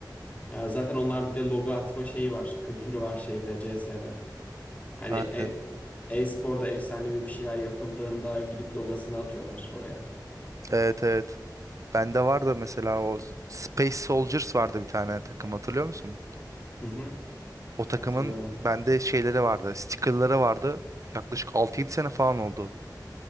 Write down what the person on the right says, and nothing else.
Aynen.
Evet evet. Bende vardı mesela o Space Soldiers vardı bir tane takım hatırlıyor musun?
O takımın
bende şeyleri vardı. Sticker'ları vardı. Yaklaşık altı yedi sene falan oldu.